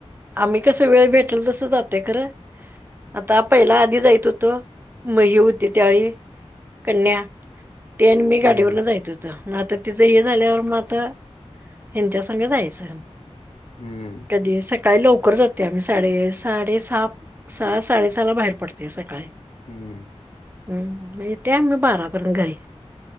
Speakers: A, on the right (about 20°); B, on the left (about 70°).
A: आम्ही कसं वेळ भेटल तसं जातोय खरं आता पहिला आधी जाईत हुतो म ही होती त्यावेळी कन्या. ते आणि मी
B: हम्म
A: गाडीवरनं जाईत हो तो म आता तिचं हे झाल्यावर मग आता हेंच्या संग जायचं.
B: हम्म
A: कधी सकाळी सकाळी लवकर जातोय आम्ही साडे साडे सहा सहा साडेसहाला बाहेर पडतेय सकाळी.
B: हम्म.
A: हम्म येतोय आम्ही बारा पर्यंत घरी.